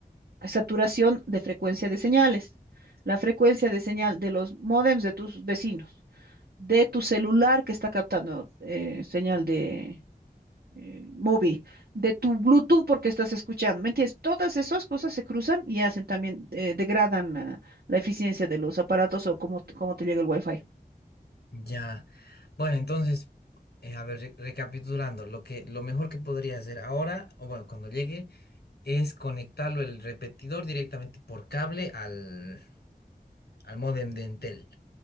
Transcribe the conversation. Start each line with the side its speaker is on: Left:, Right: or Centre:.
Right: saturación de frecuencia de señales, la frecuencia de señal de los módems de tus vecinos, de tu celular que está captando eh, señal de eh, móvil, de tu Bluetooth porque estás escuchando, ¿me entiendes? Todas esas cosas se cruzan y hacen también, eh, degradan eh, la eficiencia de los aparatos o cómo, te- cómo te llega el wifi.
Left: ya. Bueno, entonces, eh, a ver, re- recapitulando, lo que, lo mejor que podría hacer ahora, o bueno, cuando llegue, es conectarlo el repetidor directamente por cable al, al módem de Entel.